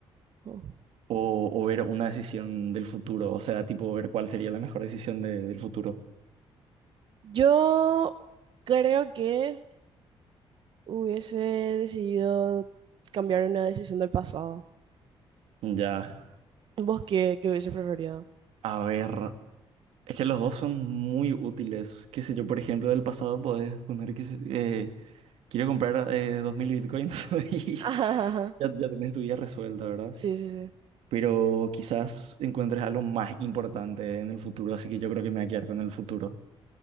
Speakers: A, on the right; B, on the right.
A: Oh.
B: O, o ver una decisión del futuro, o sea, tipo ver cuál sería la mejor decisión de- del futuro.
A: Yo creo que hubiese decidido cambiar una decisión del pasado.
B: Ya,
A: ¿Vos qué, qué hubiese preferido?
B: a ver, es que los dos son muy útiles. Qué sé yo, por ejemplo, del pasado podés poner que se- eh, quiero comprar eh, 2000 bitcoins <laughs> y
A: <laughs>
B: ya, ya tenés tu vida resuelta, ¿verdad?
A: Sí, sí, sí.
B: Pero quizás encuentres algo más importante en el futuro, así que yo creo que me voy a quedar con el futuro.